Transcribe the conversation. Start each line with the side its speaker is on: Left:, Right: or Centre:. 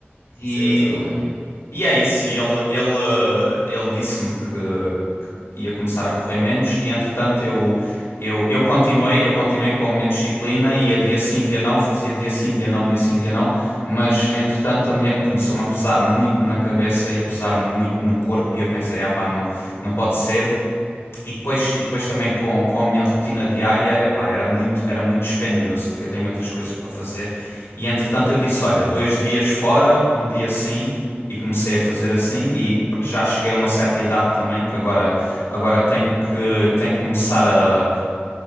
Left: E,
Right: Sim, então não é?
Left: e é isso, e ele, ele, ele disse-me que, ia começar a correr menos e entretanto eu eu eu continuei, eu continuei com a minha disciplina, ia dia sim, dia não, fazia dia sim, dia não, dia sim, dia não, mas entretanto a minha começou-me a pesar muito na cabeça e a pesar-me muito no corpo e eu pensei,
Right: Hum,
Left: ah pá, não não pode ser. E depois, e depois também com, com a minha rotina diária, epá, era muito, era muito dispendioso, porque eu tenho outras coisas para fazer. E entretanto
Right: pois.
Left: eu disse, olha, dois dias fora, um dia sim, e comecei a fazer assim. E já cheguei a uma certa idade também, que agora, agora tenho que, tenho que começar a,